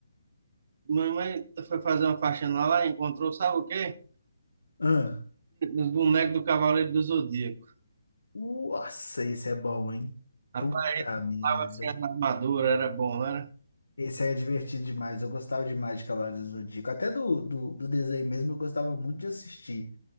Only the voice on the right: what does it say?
Mamãe foi fazer uma faxina lá, lá, encontrou, sabe o quê?
Os bonecos do Cavaleiro do Zodíaco.
Rapaz,
a gente
montava assim as armaduras, era bom, né?